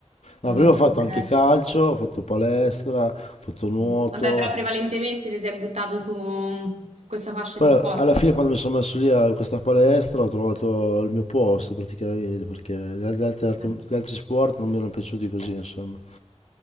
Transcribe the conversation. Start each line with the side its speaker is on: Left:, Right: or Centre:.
Left: No,
Right: Mm,
Left: prima ho fatto
Right: ok.
Left: anche calcio, ho fatto palestra, ho fatto nuoto.
Right: Mm. Vabbè, però prevalentemente ti sei buttato su, su questa fascia
Left: Poi
Right: di sport.
Left: alla fine quando mi sono messo lì a in questa palestra ho trovato il mio posto praticamente, perché gli altri,
Right: Eh.
Left: gli altri sport non mi erano piaciuti così, insomma.